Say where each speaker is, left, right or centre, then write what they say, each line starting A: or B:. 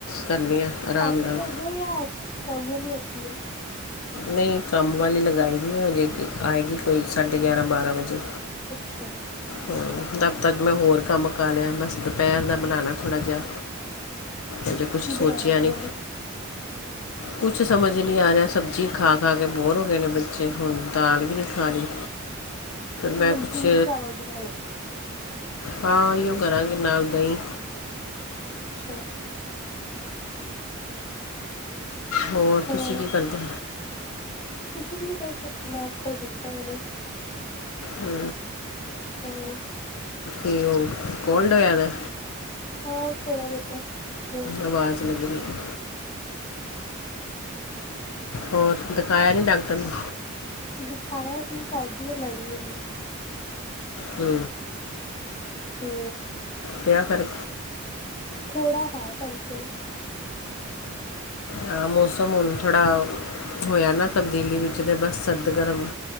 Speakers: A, on the left; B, on the left.
A: ਕਰਨੀ ਆ ਆਰਾਮ
B: ਆਪੇ
A: ਨਾਲ।
B: ਕਰਦੇ ਹੋ ਜਾਂ ਕੰਮ ਵਾਲੀ ਆਦੀ ਆ।
A: ਨਹੀਂ ਕੰਮ ਵਾਲੀ ਲਗਾਈ ਦੀ ਆ, ਅਜੇ ਆਏਗੀ ਕੋਈ ਸਾਢੇ ਗਿਆਰਾਂ ਬਾਰਾਂ ਵਜੇ।
B: ਅੱਛਾ।
A: ਹੂ, ਤਬ ਤੱਕ ਮੈਂ ਹੋਰ ਕੰਮ ਮੁਕਾ ਲਿਆ, ਬਸ ਦੁਪਹਿਰ ਦਾ ਖਾਣਾ ਬਣਾਣਾ ਥੋੜ੍ਹਾ ਜਿਹਾ। ਅਜੇ ਕੁਛ
B: ਕੀ
A: ਸੋਚਿਆ
B: ਬਣਾਣਾ
A: ਨੀ।
B: ਦੁਪਹਿਰੇ
A: ਕੁਛ ਸਮਝ ਨਹੀਂ ਆ ਰਿਹਾ ਸਬਜ਼ੀ ਖਾ ਖਾ ਕੇ ਬੋਰ ਹੋ ਗਏ ਨੇ ਬੱਚੇ, ਹੁਣ ਦਾਲ ਵੀ ਨਹੀਂ ਖਾਣੀ। ਮੈਂ
B: ਨਮਕੀਨ
A: ਕੁਛ
B: ਚਾਵਲ ਬਣਾ ਲਓ
A: ਹਾਂ, ਓਹੀ ਕਰਾਂਗੇ ਨਾਲ ਦਹੀਂ।
B: ਅੱਛਾ।
A: ਹੋਰ,
B: ਹਾਂ
A: ਤੁਸੀਂ ਕੀ ਕਰਦੇ?
B: ਕੁਛ ਨਹੀਂ, ਬਸ ਨਾਸ਼ਤਾ ਕੀਤਾ ਹੁਣ।
A: ਹੂ।
B: ਹੋਰ
A: ਏ ਓ ਕੋਲਡ ਹੋਇਆ ਦਾ।
B: ਹਾਂ, ਥੋੜਾ ਬਹੁਤਾ ਕੋ
A: ਆਵਾਜ਼ ਲਗ ਰਹੀ ਏ। ਹੋਰ ਦਿਖਾਇਆ ਨਹੀਂ ਡਾਕਟਰ ਨੂੰ?
B: ਦਿਖਾਇਆ ਸੀ, ਖਾਂਦੀ ਏ ਮੈਡੀਸਨ।
A: ਹੂ।
B: ਹੂ।
A: ਪਿਆ ਫ਼ਰਕ?
B: ਥੋੜਾ ਹੈ ਫ਼ਰਕ
A: ਹਾਂ, ਮੌਸਮ ਹੁਣ ਥੋੜ੍ਹਾ ਹੋਇਆ ਨਾ ਤਬਦੀਲੀ ਵਿੱਚ ਤੇ ਬਸ ਸਰਦ ਗਰਮ